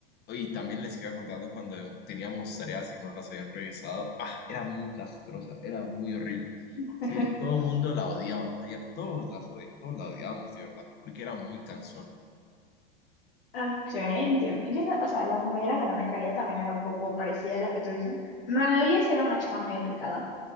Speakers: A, on the left (about 35°); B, on the left (about 70°).
A: Y también les iba contando cuando teníamos tareas y no las habían revisado. Ah, era muy castrosa, era muy horrible.
B: <laughs>
A: Sí, todo el mundo la odiaba, la odiaba, todos las odi- todos la odiábamos, de verdad, porque era muy cansona.
B: Ok, entiendo. Yo, no- o sea, la compañera que no me caía también era un poco parecida a la que tú dices. Ma- Ella sí era una chica muy aplicada,